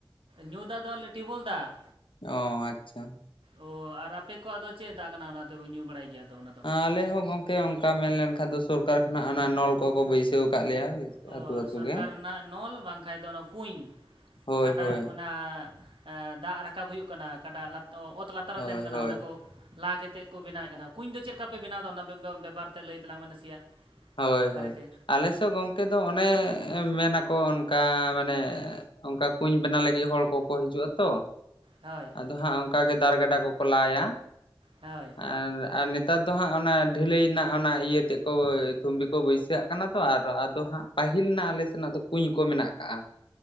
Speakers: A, on the right; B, on the left.
A: ᱧᱩ ᱫᱟᱜ ᱫᱚ ᱟᱞᱮ ᱴᱤᱭᱵᱚᱞ ᱫᱟᱜ
B: ᱚ ᱟᱪᱪᱷᱟ
A: ᱚ ᱟᱨ ᱟᱯᱮ ᱠᱚᱣᱟᱜ ᱫᱚ ᱪᱮᱫ ᱫᱟᱜ ᱠᱟᱱᱟ ᱚᱱᱟ ᱛᱮᱵᱚ ᱧᱩ ᱵᱟᱲᱟᱭ ᱜᱮᱭᱟᱫᱚ ᱚᱱᱟ ᱫᱚ
B: ᱟᱞᱮ ᱦᱚᱸ ᱜᱚᱢᱠᱮ ᱚᱱᱠᱟ ᱢᱮᱱᱞᱮᱱᱠᱷᱟᱱ ᱫᱚ ᱥᱚᱨᱠᱟᱨ ᱠᱷᱚᱱᱟᱜ ᱚᱱᱟ ᱱᱚᱞ ᱠᱚᱠᱚ ᱵᱟᱹᱭᱥᱟᱹᱣ ᱟᱠᱟᱫ ᱞᱮᱭᱟ
A: ᱚ
B: ᱟᱹᱛᱩ ᱟᱹᱛᱩ
A: ᱥᱚᱨᱠᱟᱨ
B: ᱜᱮ
A: ᱨᱮᱱᱟᱜ ᱱᱚᱞ ᱵᱟᱝᱠᱷᱟᱱ ᱫᱚ ᱚᱱᱟ ᱠᱩᱧ
B: ᱦᱳᱭ
A: ᱚᱴᱟᱜ
B: ᱦᱳᱭ
A: ᱚᱱᱟ ᱮᱸ ᱫᱟᱜ ᱨᱟᱠᱟᱵ ᱦᱩᱭᱩᱜ ᱠᱟᱱᱟ ᱚᱠᱟᱴᱟᱜ ᱞᱟᱛ ᱚᱛ ᱞᱟᱛᱟᱨ
B: ᱦᱳᱭ
A: ᱨᱮ ᱛᱟᱦᱮᱱ ᱠᱟᱱᱟ
B: ᱦᱳᱭ
A: ᱚᱱᱟ ᱠᱚ ᱞᱟ ᱠᱟᱛᱮᱫ ᱠᱚ ᱵᱮᱱᱟᱣᱮᱫ ᱠᱟᱱᱟ ᱠᱩᱸᱧ ᱫᱚ ᱪᱮᱫ ᱞᱮᱠᱟ ᱯᱮ ᱵᱮᱱᱟᱣ ᱫᱟ ᱚᱱᱟ ᱵᱮᱯᱟᱨ ᱛᱮ ᱞᱟᱹᱭ ᱛᱟᱞᱟᱝ ᱢᱮ ᱱᱟᱥᱮᱭᱟᱜ
B: ᱦᱳᱭ
A: ᱵᱟᱨᱮᱛᱮ
B: ᱦᱳᱭ ᱟᱞᱮᱥᱮᱫ ᱜᱚᱢᱠᱮ ᱫᱚ ᱚᱱᱮ ᱢᱮᱱᱟᱠᱚ ᱚᱱᱠᱟ ᱢᱟᱱᱮ ᱚᱱᱠᱟ ᱠᱩᱧ ᱵᱮᱱᱟᱣ ᱞᱟᱹᱜᱤᱫ ᱦᱚᱲ ᱠᱚᱠᱚ ᱦᱤᱡᱩᱜᱼᱟ ᱛᱚ
A: ᱦᱳᱭ
B: ᱟᱫᱚ ᱦᱟᱸᱜ ᱚᱱᱠᱟᱟᱜ ᱜᱮ ᱫᱟᱨ ᱜᱟᱰᱟ ᱠᱚᱠᱚ ᱞᱟᱭᱟ
A: ᱦᱳᱭ
B: ᱟᱨ ᱟᱨ ᱱᱮᱛᱟᱨ ᱫᱚ ᱦᱟᱸᱜ ᱚᱱᱟ ᱰᱷᱟᱹᱞᱟᱹᱭ ᱨᱮᱱᱟᱜ ᱚᱱᱟ ᱤᱭᱟᱹ ᱛᱮᱫ ᱛᱷᱩᱢᱵᱤ ᱠᱚ ᱵᱟᱹᱭᱥᱟᱹᱟᱜ ᱠᱟᱱᱟ ᱛᱚ ᱟᱨ ᱟᱫᱚ ᱦᱟᱸᱜ ᱯᱟᱹᱦᱤᱞ ᱨᱮᱱᱟᱜ ᱟᱞᱮ ᱥᱮᱱᱟᱜ ᱫᱚ ᱠᱩᱧ ᱠᱚ ᱢᱮᱱᱟᱜ ᱠᱟᱜᱼᱟ